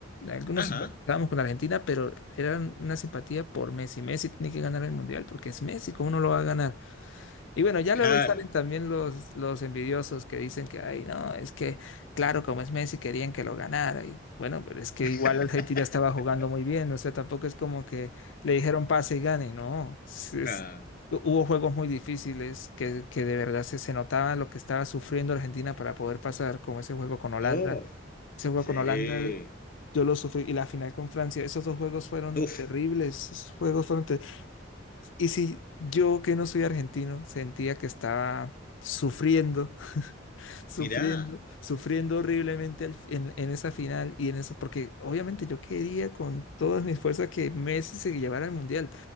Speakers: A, on the left; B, on the left.
A: Algunos
B: Ajá,
A: estábamos con Argentina, pero era una simpatía por Messi. Messi tiene que ganar el Mundial porque es Messi, ¿cómo no lo va a ganar? Y bueno, ya
B: claro.
A: luego ahí salen también los, los envidiosos que dicen que, ay, no, es que, claro, como es Messi, querían que lo ganara. Y bueno, pero es que
B: <laughs>
A: igual Argentina estaba jugando muy bien, o sea, tampoco es como que le dijeron pase y gane, no. es- es-
B: Ah,
A: Hubo juegos muy difíciles que, que de verdad se, se notaba lo que estaba sufriendo Argentina para poder pasar, como ese juego con Holanda.
B: uf,
A: Ese juego
B: sí.
A: con Holanda, yo lo sufrí. Y la final con Francia, esos dos juegos fueron
B: Uf,
A: terribles. Esos juegos fueron ter- Y si yo, que no soy argentino, sentía que estaba sufriendo, <laughs> sufriendo,
B: mirá,
A: sufriendo horriblemente al- en, en esa final y en eso, porque obviamente yo quería con todas mis fuerzas que Messi se llevara al Mundial.